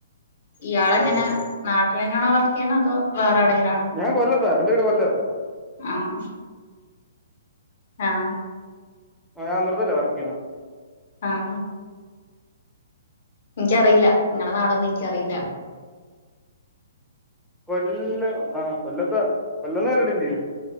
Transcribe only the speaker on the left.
ഇയാള എങ്ങനെ
നാട്ടിൽ തന്നെയണോ വർ ക്കെയണോ അതോ വേറെഎവിടെങ്കിലും ആണോ
ആഹ ആഹ
ആഹ ഇനിക്കറിയില്ല നിങ്ങളെ നാടൊന്നും ഇനിക്കറിയില്ല